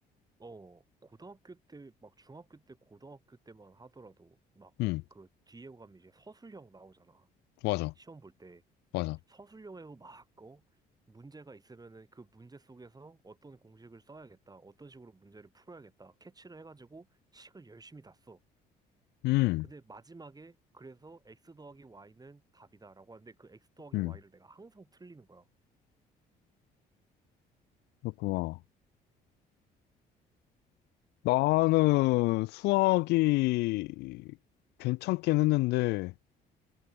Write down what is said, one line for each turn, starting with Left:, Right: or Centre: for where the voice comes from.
Right: 어 고등학교 때 막 중학교 때 고등학교 때만 하더라도 막
Left: 음,
Right: 그 뒤에 가면 이제 서술형 나오잖아.
Left: 맞아,
Right: 시험 볼 때
Left: 맞아.
Right: 서술형에서 막어 문제가 있으면은 그 문제 속에서 어떤 공식을 써야겠다, 어떤 식으로 문제를 풀어야겠다, 캐치를 해가지고 식을 열심히 다 써.
Left: 음,
Right: 근데 마지막에 그래서 x 더하기 y는 답이다라고 하는데 그 x 더하기
Left: 음,
Right: y를 내가 항상 틀리는 거야.
Left: 그렇구나. 나는 수학이 괜찮긴 했는데,